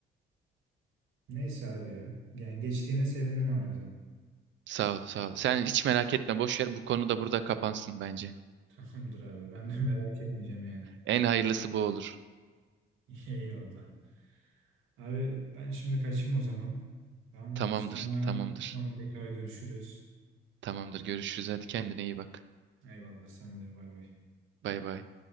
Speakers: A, on the right; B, on the right.
A: neyse abi ya. Yani geçtiğine sevindim harbiden.
B: Sağ ol, sağ ol. Sen hiç merak etme, boş ver. Bu konu da burada kapansın bence.
A: Tamamdır abi. Ben de merak etmeyeceğim yani.
B: En hayırlısı bu olur.
A: <laughs> Eyvallah. Abi ben şimdi kaçayım o zaman. Tamam.
B: Tamamdır,
A: Sonra
B: tamamdır.
A: sonra tekrar görüşürüz.
B: Tamamdır. Görüşürüz. Hadi kendine iyi bak.
A: Eyvallah sen de bay bay.
B: Bay bay.